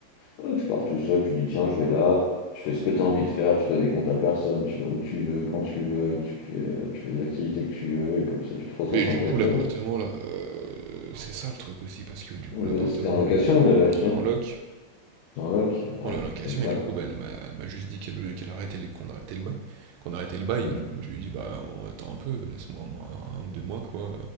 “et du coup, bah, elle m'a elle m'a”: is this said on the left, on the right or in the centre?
Right